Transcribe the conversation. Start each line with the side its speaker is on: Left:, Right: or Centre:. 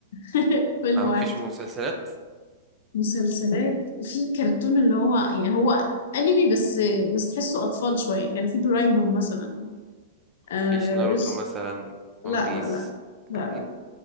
Left: <laughs> فيلم
Right: آه
Left: واحد
Right: مفيش مسلسلات
Left: مسلسلات في كرتون اللي هو يعني هو أنمي بس بس تحسه أطفال شوية كان في دورايمون مثلا آه...
Right: مفيش ناروتو
Left: إس-
Right: مثلا
Left: لا
Right: ون بيس
Left: لا لا لا
Right: إيه؟
Left: لا